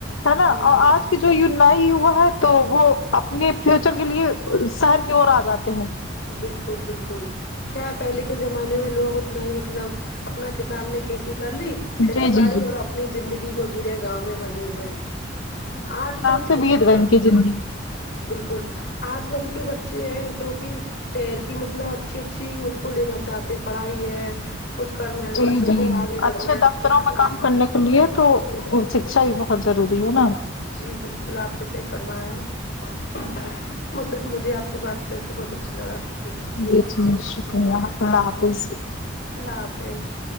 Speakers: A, on the left; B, on the left.
A: ہے نا
B: جی
A: اور
B: جی
A: آج کہ جو یگنایوگ ہے تو وہ اپنے فیوچر کے لیے شہر کی اور آ جاتے ہیں
B: بالکل بالکل کیا پہلے کے زمانے میں لوگ اتنا ہی مطلب اپنا کسان نے کھیتی کر لی کھیتی
A: جی
B: باڑی
A: جی جی
B: اور اپنی زندگی کو جییرے گاؤں میں مزے سے آج کل
A: سفید
B: کی ہاں
A: بن کی زندگی
B: بالکل آج کل کے بچے ہیں جو کہ شہر کی مطلب اچھی اچھی ان کو لینا چاہتے ہیں پڑھائی ہے کچھ کرنا ہے
A: جی
B: بچوں
A: جی
B: کو آگے
A: اچھے
B: بڑھنا ہے
A: دفتروں میں کام
B: جی
A: کرنے کے لیے تو شکشا بھی بہت ضروری ہے نا
B: جی بالکل آپ نے صحیح فرمایا ہے وہ سب مجھے آپ سے بات کر کے بہت اچھا لگا ش
A: جی جی شکریہ اللہ حافظ
B: اللہ حافظ